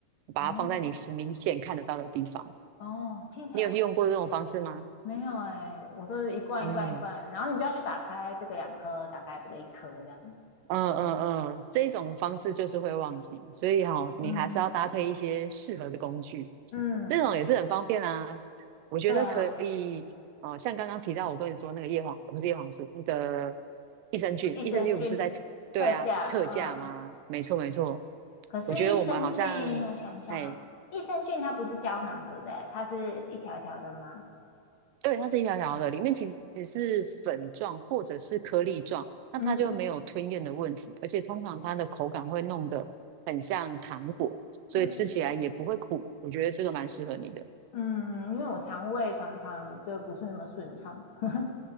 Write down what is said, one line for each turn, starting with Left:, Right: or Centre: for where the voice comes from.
Right: 把它放在你明显看得到的地方。
Left: 然后哦，听起来
Right: 你有用过这种方式吗？
Left: 没有哎、我都是一罐一罐一罐，
Right: 嗯
Left: 然后你就要去打开这个两颗，打开这个一颗这样。
Right: 嗯嗯嗯，这种方式就是会忘记，所以哈、
Left: 嗯
Right: 你还是要搭配一些适合的工具。
Left: 嗯，
Right: 这种也是很方便啊。我觉得可以，
Left: 对啊，
Right: 哦、像刚刚提到我跟你说那个叶黄，不是叶黄素，那个益生菌，
Left: 益生菌
Right: 益生菌不是在对啊特价吗？
Left: 特价，嗯，
Right: 没错没错，
Left: 可是益生菌，
Right: 我觉得我们好像，
Left: 我想一下啊，
Right: 哎，
Left: 益生菌它不是胶囊，对不对？它是一条一条的吗？
Right: 对，它是一条条的，里面其实是粉状或者是颗粒状，那它就没有吞咽的问题，
Left: 嗯
Right: 而且通常它的口感会弄得很像糖果，所以吃起来也不会苦。
Left: 嗯
Right: 我觉得这个蛮适合你的。
Left: 嗯，因为我肠胃常常就不是那么顺畅。<laughs>